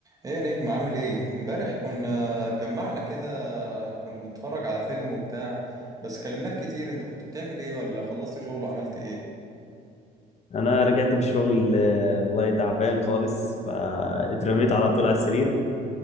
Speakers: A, on the right; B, on the left.
A: ايه يا نجم عامل ايه امبارح كنا اتجمعنا كده كنا بنتفرج على فيلم وبتاع بس كلمناك كتير انت كنت بتعمل ايه ولا خلصت شغل وعملت ايه
B: انا رجعت من الشغل آه، والله تعبان خالص فاترميت على طول على السرير